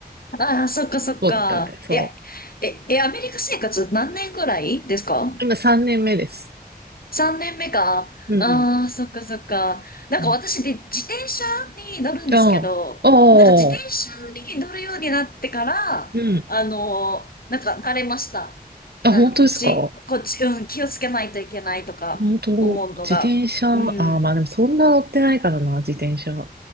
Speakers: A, on the left; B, on the right.
A: あー、そっかそっか。
B: そうだったみたい。そ
A: いや、え、え、アメリカ生活何年ぐらいですか
B: う。今3年目です。
A: 3年目か。
B: うんうん。
A: ああ、そっかそっか。なんか私で自転車に乗るんですけど、
B: うんああ、ああ。
A: なんか自転車に乗るようになってから、
B: うん。
A: あのーなんか慣れました。
B: あ、
A: なんかこっち、
B: 本当ですか
A: こっち、うん、気をつけないといけないとか思うのが。
B: 本当、自転車、
A: うん。
B: あー、まあでもそんな乗ってないからな、自転車。